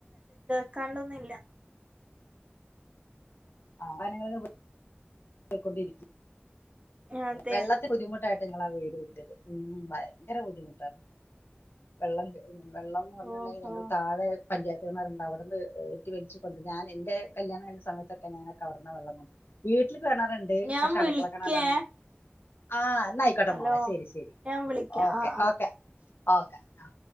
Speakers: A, on the right; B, on the left.
A: കേൾക്കാണ്ടൊന്നുല്ല
B: ആ <unintelligible> പൊയ്ക്കൊണ്ടിരി
A: അതെ
B: വെള്ളത്തി ബുദ്ധിമു <unintelligible> ക്കെയാ ഞങ്ങള് ആ വീട് വിറ്റത് ഭയങ്കര ബുദ്ധിമുട്ടാണ് വെള്ളം മ് വെള്ളംന്ന് പറഞ്ഞിട്ടുണ്ടെങ്കി
A: ഓഹോ
B: ഞങ്ങൾ താഴെ പഞ്ചായ <unintelligible> <unintelligible> ഏറ്റി വലിച്ചുകൊണ്ട ഞാൻ എന്റെ കല്യാണായ സമയത്ത ഞാനൊക്കെ അവിടന്നാ വെള്ളം കൊവീട്ടില് കിണറുണ്ട്
A: ഞാൻ
B: പക്ഷെ അടക്കള
A: വിളിക്കേ
B: കിണറാണ് ആ എന്നാ യിക്കോട്ടെ
A: ഹലോ
B: മോളെ ശരി ശരി
A: ഞാൻ വിളിക്കാം
B: ഓക്കെ
A: ആഹ് ആഹ്
B: ഓക്കെ ഓക്കെ ആ